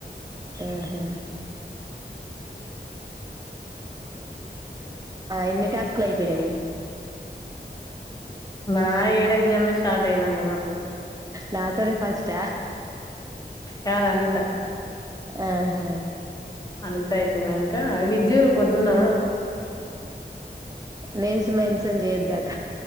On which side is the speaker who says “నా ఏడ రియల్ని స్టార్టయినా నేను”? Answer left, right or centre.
Left